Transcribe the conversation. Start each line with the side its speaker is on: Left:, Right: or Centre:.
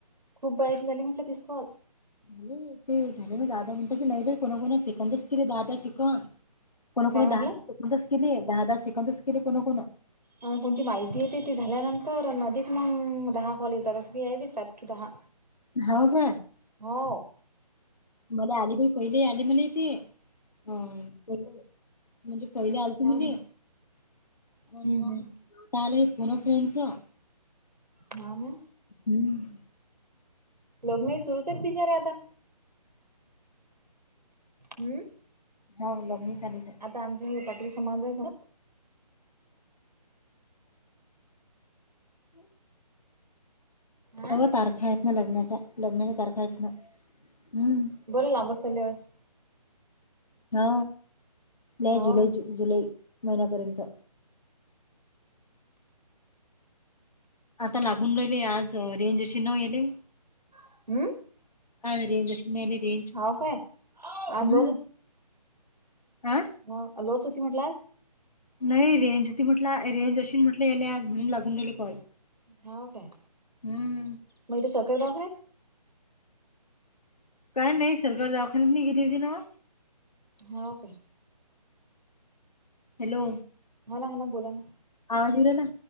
Right: खूप बायाच झाली म्हटलं तीस कॉल.
Left: नाय ते झाले ना दाहा दहा मिनिटाचे नाही बाई कोणा कोणाचे सेकंदच. केले दहा
Right: हा
Left: दहा सेकंद कोन
Right: काय
Left: कोन
Right: म्हटलं
Left: दहा दहा सेकंदच केले दहा दहा सेकंदच केले कोन कोन.
Right: अ कोणती माहिती येते ती झाल्यानंतर अधिक मग दहा कॉल येतात आस यात दिसतात की दहा.
Left: हो का
Right: हो
Left: मला आले बाई पहिले आले मले ते. अ पहीले म्हणजे पहिले
Right: हा
Left: आल ते म्हे
Right: ना
Left: अ
Right: हम्म
Left: मग
Right: हम्म
Left: त आलय फोन फ्रेंड च.
Right: हाव ना?
Left: हम्म.
Right: लग्नय सुरूच हायत बिचाऱ्या आता. हम्म.
Left: हो लग्नी चालूच आहे.
Right: आता आमच्या हे पाटील समाज नाही सो
Left: <inaudible>
Right: हा
Left: अव तारखा आहेत ना लग्नाच्या लग्नाच्या तारखा आहेत ना. हम्म
Right: बोल लांबत चाललय घ्या वेळस
Left: हा नाही
Right: हो
Left: जुलै जुलै महिन्यापर्यंत. आतां लागूंन राहिले आंज रेंज अशी नं येले
Right: हम्म
Left: अ रेंज अशी नं रेंज
Right: हो काय आज
Left: हम्मं हां
Right: हं अमांवस मोती आंज म्हटलं
Left: नाहीं रेंज होती म्हटलं रेंज अशी म्हटलं यांलेजं म्हणूंन लागूंन राहीले कॉल
Right: हांव कायं
Left: हम्मं
Right: मंग ते सरकांरी दवाखान्यांत
Left: कायं नाहीं सरकांर दवाखांन्यातं नाहीं गेलीं होती नं वं
Right: हंव कायं
Left: हॅलो
Right: हां नां हां नां बोलां नं
Left: आवाजं येऊं राहिलां